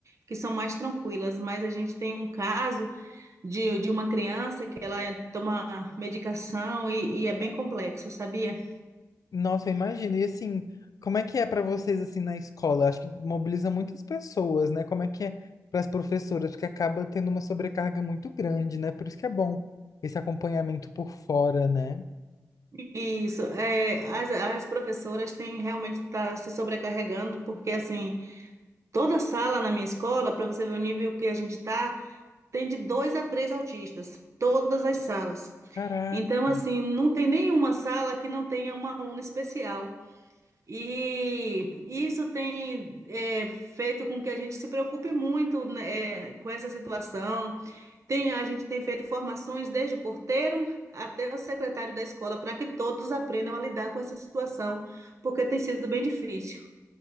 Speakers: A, on the right (about 55°); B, on the left (about 70°).
A: que são mais tranquilas, mas a gente tem um caso de, de uma criança que ela é, toma medicação e, e é bem complexo, sabia?
B: Nossa, eu imagino. E assim, como é que é para vocês assim na escola? Acho que mobiliza muitas pessoas, né? Como é que é para as professoras? Porque acaba tendo uma sobrecarga muito grande, né? Por isso que é bom esse acompanhamento por fora, né?
A: Isso, é, as, as professoras têm realmente tá se sobrecarregando, porque assim, toda sala na minha escola, para você ver o nível que a gente tá, tem de dois a três autistas, todas as salas.
B: Caraca,
A: Então, assim, não tem nenhuma sala que não tenha uma aluna especial. E isso tem é, feito com que a gente se preocupe muito, né, é, com essa situação, Tem, a gente tem feito formações desde o porteiro até o secretário da escola para que todos aprendam a lidar com essa situação, porque tem sido bem difícil.